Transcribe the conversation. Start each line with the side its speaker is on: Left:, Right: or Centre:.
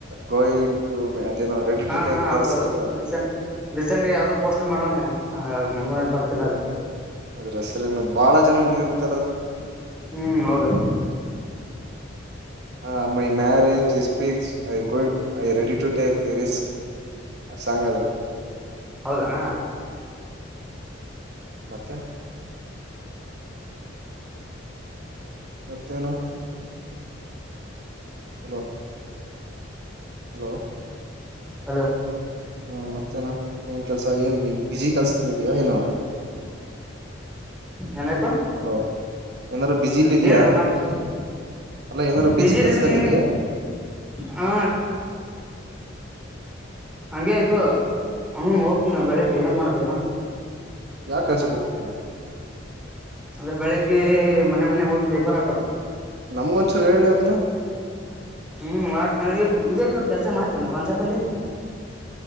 Right: ಗೋಯಂ ಟು ಅದೇನೋ ರೆಡಿತ
Centre: ಹಾ ಹಾ ಹೌದೌದು
Right: ಅದು
Centre: ರೀಸೆಂಟ್ ಯಾವ್ದೋ ಪೋಸ್ಟ್ ಮಾಡೋಣನೆ ನಂಗೂ ಏನಪ ಆತಿಲ್ಲ ಅದು
Right: ಅದ್ ಹೆಸರ್ ಬಾಳ ಜನ ಹುಡುಗಿರುತ್ತೆ
Centre: ಹ್ಮ್ ಹೌದು
Right: ಹ my marriage is fix I ಗೋಂಟ್ I ready ಟಟ ದ ರಿಸ ಹ ಸಾಗ
Centre: ಹೌದಣ
Right: ಮತ್ತೆ ಮತ್ತೇನಾ ಹಲೋ ಹಲೋ
Centre: ಹಲೋ
Right: ಹ್ಮ ಮತ್ತೇನ ಏನ್ ಕೆಲ್ಸ ಏನ್ ಬಿ ಬಿಸಿ ಕೆಲ್ಸಲ್ಲ ಇದೀಯಾ ಏನು
Centre: ಏನಾಯ್ತು
Right: ಹಲೋ ಏನಾರ ಬಜಲಿ ಇದಯಾ
Centre: ಹೇಳು ಮತ್ತೆ
Right: ಅಲ್ಲ ಏನಾದ್ರು
Centre: ಪಿ
Right: ಬಿಜಿ
Centre: ಜಿಲಿದ್ದೀನಿ
Right: ಕೆಲ್ಸದಲ್ಲಿ ಇದಯಾಜಿ
Centre: ಹಾ ಹಂಗಗೆ ಇದು ಹ ಹೋಗ್ತೀ ನ ಬೆಳಿಗ್ಗೆ ಏನ್ ಮಾಡದ
Right: ಯ ಕಸೆ ಗುಪ್ತ
Centre: ಅಂದ್ರೆ ಬೆಳಿಗ್ಗೆ ಮನೆ ಮನೆ ಹೋಗಿ ಪೇಪರ್ ಹಾಕದು
Right: ನಮ್ಗೊಂಚೂರ್ ಹೇಳ್ಳೆ ಅದ್ನ
Centre: ಹ್ಮ್ ಮಾಡ್ತೇನ ಇದು ಅಯ್ತೋಡ ಕೆಲ್ಸ ಮಾಡ್ತೇನ ಪಾನ್ ಶಾಪಲ್ಲಿ